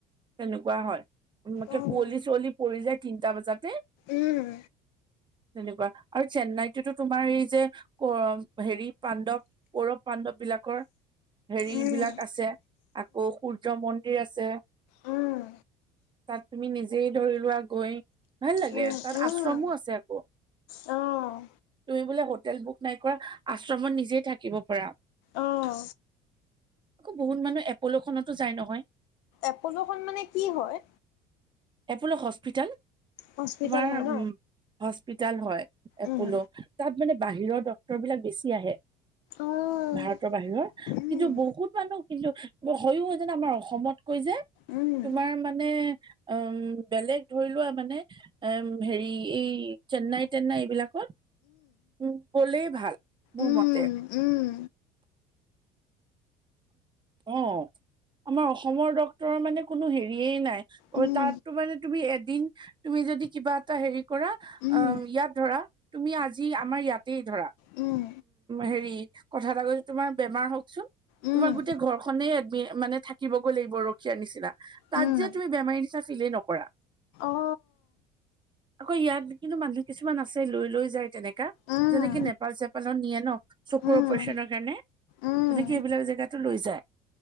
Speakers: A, on the right; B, on the left.
A: তেনেকুৱা হয়,
B: উম,
A: কুঁৱলী চুৱলী পৰি যায়। তিনিটা বজাতে
B: উম,
A: তেনেকুৱা আৰু চেন্নাইততো তোমাৰ এই যে হেৰি পাণ্ডৱ কৌৰৱ পাণ্ডৱ বিলাকৰ। হেৰিবিলাক
B: উম, উম,
A: আছে আকৌ সূৰ্য মন্দিৰ আছে
B: উম,
A: তাত তুমি নিজেই ধৰি লোৱা গৈ ভাল লাগে
B: উম, উম,
A: তাত
B: উম
A: আশ্ৰমো আছে আকৌ
B: অ',
A: তুমি বোলে হোটেল বুক নাই কৰা আশ্ৰমত নিজেই থাকিব পাৰা
B: আহঁ
A: আকৌ বহুত মানুহ এপ'লো খতো যায় নহয়
B: এপলোখন মানে কি হয়
A: এপলো হস্পিতালত
B: হস্পিটেল
A: তোমাৰ
B: হয় ন?
A: উম হস্পিতাল হয় এপলো
B: উম।
A: তাত মানে বাহিৰৰ ড্ক্তৰ বিলাক বেছি আহে
B: অ',
A: ভাৰতৰ বাহিৰৰ
B: উম,
A: কিন্তু বহুত মানুহ কিন্তু হয়ো জানা যেন আমাৰ অসমত কৈ যে।
B: উম,
A: তোমাৰ মানে উম বেলেগ ধৰি লোৱা মানে এ হেৰি এই চেন্নাই তেন্নাই এইবিলাকত উম, ক'লেই ভাল মোৰ
B: উম,
A: মতে।
B: উম,
A: অ আমাৰ অসমৰ ডাক্তৰৰ মানে কোনো হেৰিয়েই নাই
B: উম,
A: তাতটো মানে তুমি এ দিন, তুমি যদি কিবা এটা হেৰি কৰা,
B: উম,
A: অ ইয়াত ধৰা তুমি আজি আমাৰ ইয়াতেই ধৰা
B: উম
A: হেৰি, কথা এটা ক'লে তোমাৰ বেমাৰ হওকচোন।
B: উম,
A: তোমাৰ গোটেই ঘৰখনে মানে থাকিবগৈ লাগিব ৰখিয়াৰ নিচিনা, তাত
B: উম,
A: যে তুমি বেমাৰী িলেই নকৰা
B: অ',
A: আকৌ ইয়াত কিন্তু মানুহ কিছুমান আছে লৈ-লৈ যায় তেনেক যেনেকে
B: উম,
A: নেপাল চেপালৰ নিয়ে ন চকুৰ
B: উম,
A: অপাৰেচনৰ কাৰণে
B: উম,
A: তেনেকে এইবিলাক যে ইয়াতো লৈ যায়।